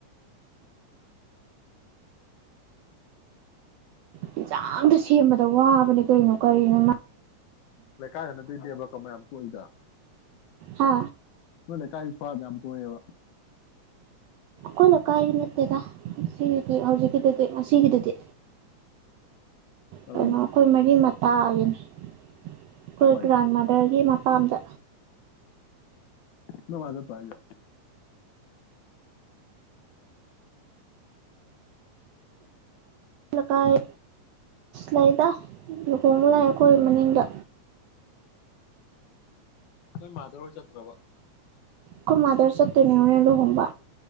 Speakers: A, on the right; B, on the left.
A: ꯌꯦꯟꯁꯥꯡꯗ ꯁꯦꯝꯕꯗ ꯋꯥꯕꯅꯦ ꯀꯔꯤꯩꯅꯣ ꯀꯔꯤꯅꯣ ꯃꯥ
B: ꯂꯩꯀꯥꯏꯗ ꯅꯠꯇꯣꯏ ꯗꯦꯕ ꯀꯃ ꯌꯥꯝ ꯇꯣꯛꯏꯗ
A: ꯍꯥ
B: ꯅꯣꯏ ꯂꯩꯀꯥꯏꯒꯤ ꯁ꯭ꯋꯥꯗ ꯌꯥꯝ ꯍꯌꯦꯦꯕ
A: ꯑꯩꯈꯣꯏ ꯂꯩꯀꯥꯏꯒꯤ ꯅꯠꯇꯦꯗ ꯁꯤꯒꯤꯗꯤ ꯍꯧꯖꯤꯛꯀꯤꯗꯨꯗꯤ ꯉꯒꯤꯗꯨꯗꯤ
B: ꯀꯔꯝꯕ
A: ꯀꯩꯅꯣ ꯑꯩꯈꯣꯏ ꯃꯔꯤ ꯃꯇꯥꯒꯤꯅ ꯑꯩꯈꯣꯏ
B: ꯀꯥꯏ ꯋꯥꯏꯗ
A: ꯒ꯭ꯔꯥꯟꯃꯗꯔꯒꯤ ꯃꯄꯥꯝꯗ
B: ꯅ ꯃꯥꯖ ꯄꯥꯥꯏꯖ
A: ꯑꯜꯀꯥꯏ ꯂꯩꯗ ꯂꯨꯍꯣꯡꯕ ꯂꯥꯛꯑ ꯑꯩꯈꯣꯏ ꯃꯅꯤꯡꯗ
B: ꯅꯣꯏ ꯃꯥꯗꯔ ꯆꯠꯇ꯭ꯔꯕ
A: ꯀꯃꯥꯗꯔ ꯆꯠꯇꯅꯦꯅ ꯂꯨꯍꯣꯡꯕ